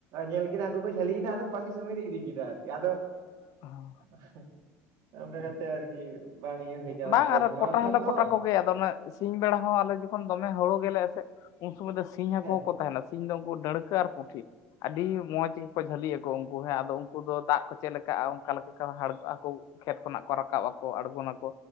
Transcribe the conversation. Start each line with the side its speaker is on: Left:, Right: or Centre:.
Right: ᱧᱮᱞ ᱠᱮᱫᱟ ᱦᱟᱹᱠᱩ ᱠᱚ ᱡᱷᱟᱞᱤ ᱮᱱᱟ ᱟᱫᱚ ᱾ ᱯᱟᱥᱤ ᱥᱚᱢᱮᱛᱮ ᱤᱫᱤ ᱠᱮᱫᱟ ᱟᱫᱚ
Left: ᱦᱮᱸ
Right: <inaudible> ᱚᱱᱠᱟ ᱠᱟᱛᱮ ᱟᱨᱠᱤ ᱵᱟᱝ ᱤᱭᱟᱹᱦᱩᱭ ᱠᱟᱱᱟ
Left: ᱵᱟᱝ
Right: <unintelligible>
Left: ᱟᱨ ᱠᱚᱴᱟ
Right: ᱱᱚᱣᱟ ᱠᱷᱟᱱ
Left: ᱦᱚᱸᱞᱮ
Right: ᱫᱚ
Left: ᱠᱚᱴᱟ ᱟᱫᱚ ᱚᱱᱮ ᱥᱤᱧ ᱵᱮᱲᱟ ᱦᱚᱸ ᱟᱫᱚ ᱡᱚᱠᱷᱚᱱ ᱫᱚᱢᱮ ᱦᱳᱲᱳ ᱜᱮᱞᱮᱜᱼᱟ ᱥᱮ ᱩᱱ ᱥᱩᱚᱢᱚᱭ ᱫᱚ ᱥᱤᱧ ᱦᱟᱹᱠᱳ
Right: ᱦᱮᱸ
Left: ᱦᱚᱸᱠᱚ ᱛᱟᱦᱮᱸᱱᱟ ᱥᱮ ᱾ ᱤᱧ ᱫᱚ ᱩᱱᱠᱩ ᱰᱟᱹᱲᱠᱟᱹ ᱟᱨ ᱯᱩᱸᱴᱷᱤ ᱟᱹᱰᱤ ᱢᱚᱸᱡᱽ ᱜᱮᱠᱚ ᱡᱷᱟᱹᱞᱤᱜ ᱟᱠᱚ ᱩᱱᱠᱩ ᱦᱮᱸ ᱟᱫᱚ ᱾ ᱩᱱᱠᱩ ᱫᱚ ᱫᱟᱜ ᱠᱚ ᱪᱮᱫ ᱞᱮᱠᱟᱼᱟ ᱚᱱᱠᱟ ᱞᱮᱠᱟ ᱦᱟᱨᱠᱟᱜ-ᱟ ᱠᱩ ᱠᱷᱮᱛ ᱠᱷᱚᱱᱟᱜ ᱠᱚ ᱨᱟᱠᱟᱵ ᱟᱠᱚ ᱟᱬᱜᱚ ᱱᱟᱠᱚ᱾